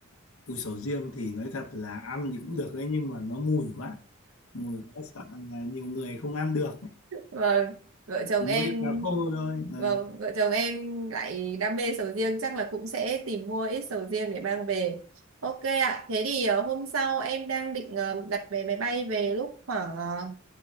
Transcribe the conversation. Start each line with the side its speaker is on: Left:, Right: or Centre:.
Left: củ sầu riêng thì nói thật là ăn thì cũng được đấy nhưng mà nó mùi quá mùi quá sợ là nhiều người không ăn được ấy.
Right: vâng vợ
Left: Chỉ
Right: chồng
Left: mỗi
Right: em
Left: cá khô thôi Ờ.
Right: vâng vợ chồng em lại đam mê sầu riêng chắc là cũng sẽ tìm mua ít sầu riêng để mang về ok ạ thế thì ờ, hôm sau em đang định ờ, đặt vé máy bay về lúc khoảng ờ,